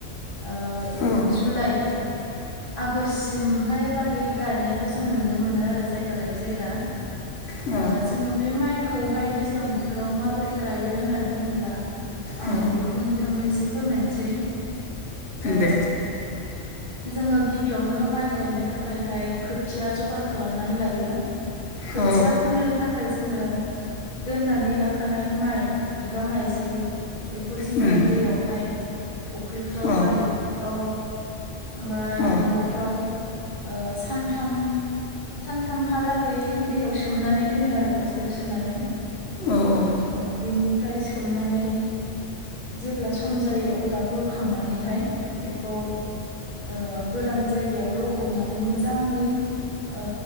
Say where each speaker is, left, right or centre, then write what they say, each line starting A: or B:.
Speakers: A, on the left; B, on the left.
A: ओ
B: औ
A: जुलाइ आगष्टसिम हाय लागै गायनायखौ जोङो नुनो मोनो आरो जायगा लायै जायगा।
B: औ
A: ओ जोङो बे माइखौ हाय दैज्लां बोथोराव माबोरै गायो होननानै बुङोब्ला आं
B: औ
A: बेखौ नोंथांनो एसे फोरमायनोसै। ओ
B: दे।
A: जोङो गिबियावनो माइ गायनो थाखाय हाय खोथिया जगार खालामनानै लायो। खोथिया
B: औ
A: फोनो थाखाय जोङो दोननानै लाखानाय माइ एबा माइज्लि बेखौ जोङो
B: उम
A: दैयाव हाय फुख्रिफ्राव
B: औ
A: बा दैखरफ्राव बा
B: औ
A: दंग'फ्राव ओ सानथाम सानथामहा लागै दैयाव सोमनानै दोनो आरो बस्थायाव सोनानै।
B: औ औ।
A: औ बेनिफ्राय सोमनानै जेब्ला सम जायो अब्ला बोखांनानै हाय बेखौ ओ गोरान जायगायाव लखबनानै मोजाङै ओ